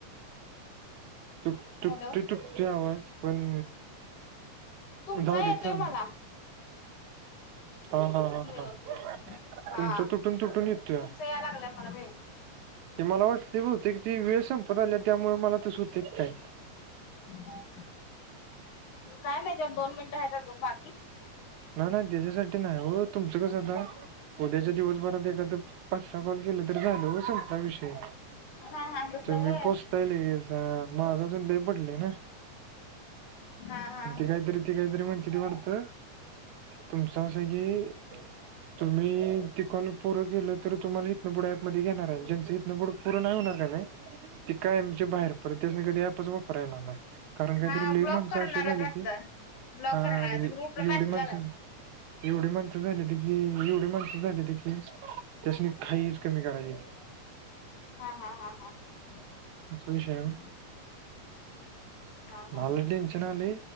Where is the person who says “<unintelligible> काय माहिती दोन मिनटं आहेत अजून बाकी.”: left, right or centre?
Left